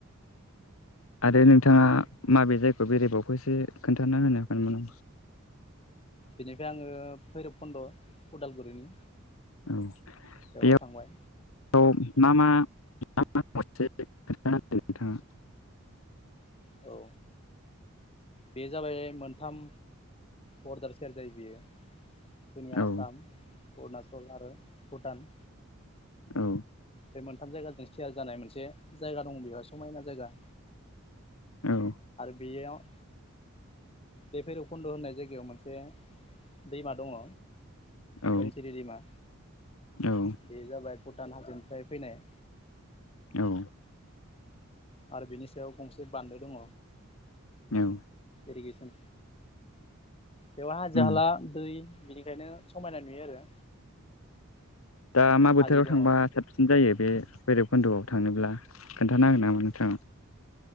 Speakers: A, on the left; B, on the left.
A: आरो नोंथाङा माबे जायगायाव बेरायेबावखौसो खोन्थान होनो हागोन नामा?
B: बेनिफ्राय आङो भैरब खन्द' उदालगुरिनि
A: औ
B: बेवहाय
A: बेयाव
B: थांबाय
A: औ मा मा <unintelligible> नोंथाङा
B: औ बे जाबाय मोनथाम बरडार सेर जायो बियो जोंनि आसाम
A: औ
B: अरुणाचल आरो भुटान
A: औ
B: बे मोनथाम जायगाजों थियार जानाय मोनसे जायगा दं बेह समायना जायगा
A: औ
B: बियोयाव बे भैरबखुन्द' होननाय जायगायाव मोनसे दैमा दङ
A: औ
B: धोनसिरि दैमा
A: औ।
B: बे जाबाय भुटान हाजोनिफ्राय फैनाय
A: औ।
B: आरो बिनि सायाव गंसे बान्दो दङ।
A: औ
B: इरिगेसन बेव हाजो
A: उम
B: हाला दै बेनिखायनो समायना नुयो आरो।
A: दा मा बोथोराव
B: हाजो दङ
A: थांबा साबसिन जायो बे भैरबखुन्द'आव थांनोब्ला खोन्थानो हागोन नामा नोंथाङा।